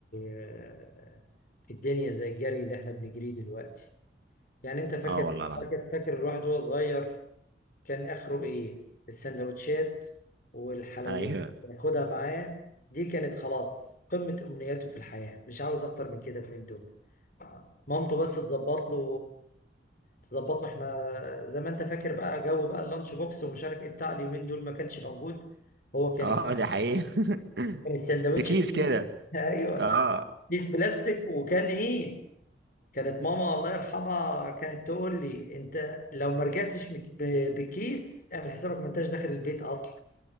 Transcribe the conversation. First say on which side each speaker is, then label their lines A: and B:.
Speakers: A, on the left; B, on the right.
A: آه، في الدنيا زي الجري اللي احنا بنجريه دلوقتي يعني أنت فاكر
B: اه والله العظيم
A: فاكر فاكر الواحد وهو صغير كان اخره ايه السندوتشات والحلويات
B: ايوه
A: اللي ياخدها معاه دي كانت خلاص قمة امنياته في الحياة مش عاوز اكتر من كده من دول مامته بس تظبط له تظبط له احنا زي ما انت فاكر بقى جو بقى اللانش بوكس ومش عارف ايه بتاع اليومين دول ما كانش موجود
B: <laughs>
A: هو كان
B: اه دي حقيقه
A: كان الساندوتش
B: <laughs> في كيس
A: <laughs> فيه-
B: كده
A: ايوه
B: اه
A: كيس بلاستيك وكان ايه كانت ماما الله يرحمها كانت تقول لي انت لو ما رجعتش مك- ب- بالكيس اعمل حسابك ما انتش داخل البيت اصلا